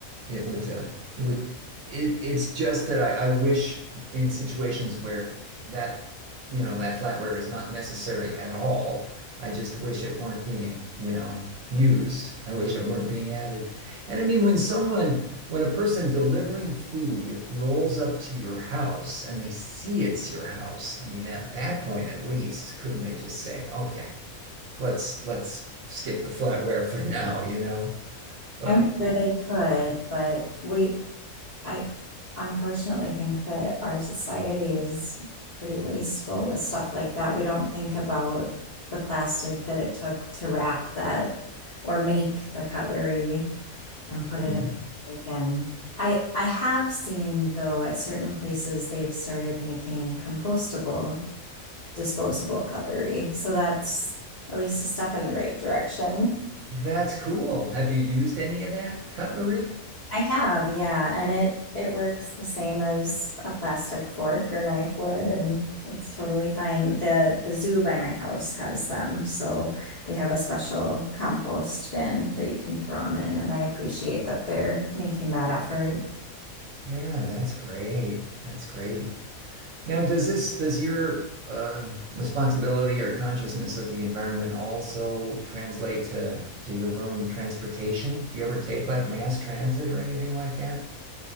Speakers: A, on the right; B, on the left.
A: It would, uh, it would, it, it's just that I, I wish in situations where that, you know, that flatware is not necessary at all. I just wish it weren't being, you know, used. I wish it weren't being added. And I mean, when someone, when a person delivering food rolls up to your house and they see it's your house, I mean, at that point at least, couldn't they just say, okay, let's, let's skip the flatware for <laughs> now, you know? But
B: I'm sure they could, but we, I unfortunately think that our society is pretty wasteful with stuff like that. We don't think about the plastic that it took to wrap that or make the cutlery. and put
A: yeah.
B: it in again. I I have seen though at certain places they've started making compostable, disposable cutlery. So that's at least a step in the right direction.
A: That's cool. Have you used any of that cutlery?
B: I have, yeah, and it it works the same as a plastic fork or knife would and it's totally fine. The the zoo by my house has them, so they have a special compost bin that you can throw them in and I appreciate that they're making that effort.
A: Yeah, that's great. That's great. Now, does this, does your um responsibility or consciousness of the environment also translate to to your own transportation? Do you ever take like mass transit or anything like that?